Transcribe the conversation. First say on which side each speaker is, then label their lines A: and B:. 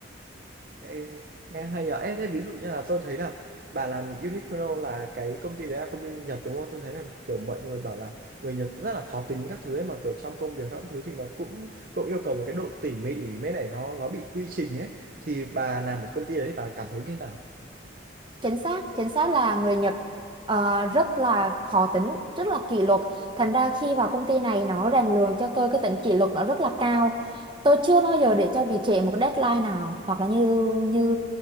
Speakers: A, on the right (about 45°); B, on the right (about 25°).
A: Ê, nghe hay nhở Ê, thế ví dụ như là tôi thấy là bà làm Uniqlo là cái công ty đấy là công ty Nhật đúng không tôi thấy là kiểu mọi người bảo là người Nhật rất là khó tính các thứ ấy mà kiểu trong công việc các thứ thì nó cũng cũng yêu cầu một cái độ tỉ mỉ mấy này nó nó bị quy trình ấy thì bà làm ở công ty đấy thì bà cảm thấy như thế nào
B: chính xác chính xác là người Nhật ờ, rất là khó tính rất là kỷ luật thành ra khi vào công ty này nó rèn luyện cho tôi cái tính kỷ luật nó rất là cao tôi chưa bao giờ để cho bị trễ một cái deadline nào hoặc là như như